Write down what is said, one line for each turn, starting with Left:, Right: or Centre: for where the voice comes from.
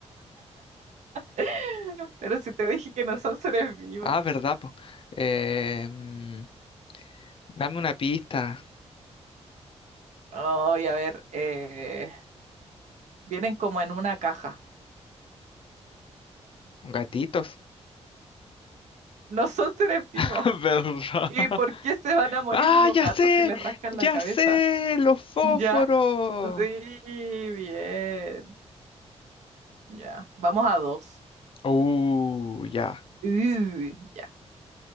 Right: <laughs> Pero si te dije que no son seres vivos.
Left: Ah, verdad, po. Em, dame una pista.
Right: Ay, a ver, eh, vienen como en una caja.
Left: Gatitos.
Right: No son seres vivos.
Left: <laughs> ¿Verdad?
Right: ¿Y por qué se van a morir
Left: Ah,
Right: unos
Left: ya
Right: gatos
Left: sé,
Right: si les rascan
Left: ya
Right: la cabeza?
Left: sé, los fósforos.
Right: Ya, sí, bien. Ya, vamos a dos.
Left: Uh, ya.
Right: Uh, ya.